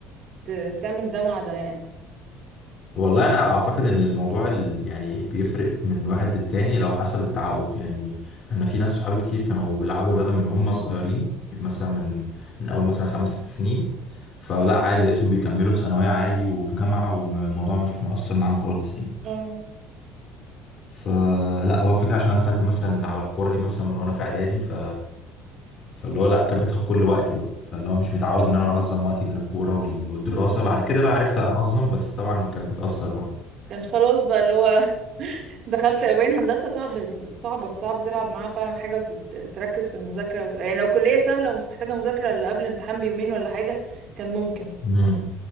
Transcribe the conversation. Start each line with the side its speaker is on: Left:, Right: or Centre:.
Right: ت... تعمل ده مع ده يعني
Left: والله انا اعتقد ان الموضوع ال- يعني بيفرق من واحد للتاني لو حسب التعود يعني انا في ناس صحابي كتير كانوا بيلعبوا رياضه من هم صغيرين يعني مثلا من من اول مثلا خمس ست سنين فلا عادي لقيتهم بيكملوا في ثانويه عادي وفي جامعه والموضوع مش مؤثر معاهم خالص يعني
Right: اه
Left: فلا هو الفكره عشان انا دخلت مثلا على الكوره دي مثلا من وانا في اعدادي ف فاللي هو لا كانت بتاخد كل وقتي بقى فاللي هو مش متعود ان انا انظم وقتي بين الكوره وال- والدراسه بعد كده بقى عرفت انظم بس طبعا كانت بتاثر
Right: كان خلاص بقى اللي هو دخلت وبين هندسة صعب صعبة فصعب تلعب معاها فعلا حاجة وتركز في المذاكرة وت... يعني لو كلية سهلة ومش محتاجة مذاكرة إلا قبل امتحان بيومين ولا حاجة كان ممكن
Left: برضه